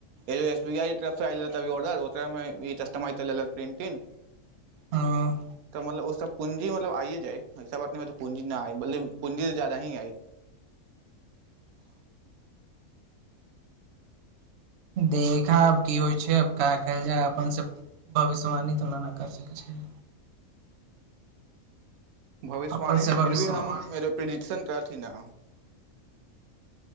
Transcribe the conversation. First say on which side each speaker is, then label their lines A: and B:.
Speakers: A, on the right; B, on the right.
A: ईो एसबीआई ऑडर ओ कस्टम प्रिंट <inaudible> <inaudible>
B: हँ
A: मतलब ओ सभ पूंजी मतलब आइए जाइस बात नहि पूंजी नहि आइ मतलब पूंजी जादा ही आइ
B: देखा आब कि होइ छै आब कऽ कैल जाय अपनसँ भविष्यवानित ना नहि करि सकै छियै।
A: भविष्यवाणी
B: अपन से
A: ने
B: भविष्यवाणी
A: फिर भी हम प्रिडिक्शन करथि न